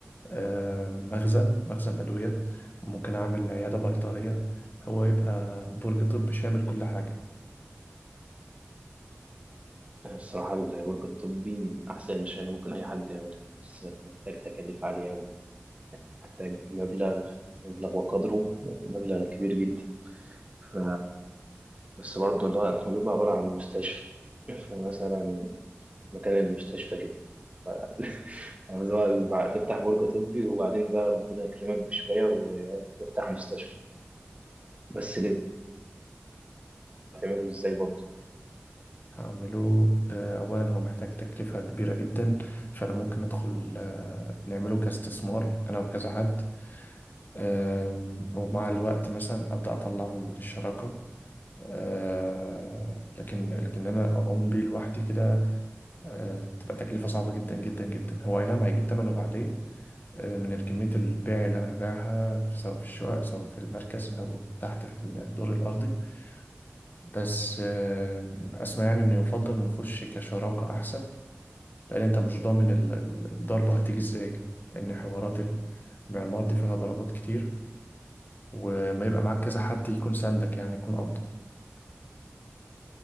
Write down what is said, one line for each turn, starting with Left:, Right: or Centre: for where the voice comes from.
Left: آه، مخزن مخزن أدوية ممكن أعمل عيادة بيطرية هو يبقى برج طبي شامل كل حاجة
Right: آه، الصراحة البرج الطبي من أحسن المشاريع اللي ممكن أي حد يعملها بس محتاج تكاليف عالية أوي محتاج مبلغ مبلغ وقدره مبلغ كبير جدا ف... بس برضه اللي هو هو بيبقى عبارة عن مستشفى فمثلا مكان المستشفى كده ف... <laughs> بس هو بعد- تفتح برج طبي وبعدين بقى ربنا يكرمك بشوية وتفتح مستشفى بس ليه هتعمله ازاي برضه؟
Left: هعمله آه، أولا هو محتاج تكلفة كبيرة جدا فأنا ممكن أدخل آه، نعمله كاستثمار أنا وكذا حد آم، ومع الوقت مثلا أبدأ أطلعهم من الشراكة آه، لكن لكن أنا أقوم بيه لوحدي كده آه، تبقى تكلفة صعبة جدا جدا جدا هو أي نعم هيجيب تمنه بعدين آه، من كمية البيع اللي أنا هبيعها سواء في الشقق سواء في المركز أو تحت في الدور الأرضي بس آه، أسمع يعني إن يفضل نخش كشراكة أحسن لأن أنت مش ضامن ال- ال- الضربة هتيجي إزاي لأن حوارات المعمار دي فيها ضربات كتير وما يبقى معاك كذا حد يكون ساندك يعني يكون أفضل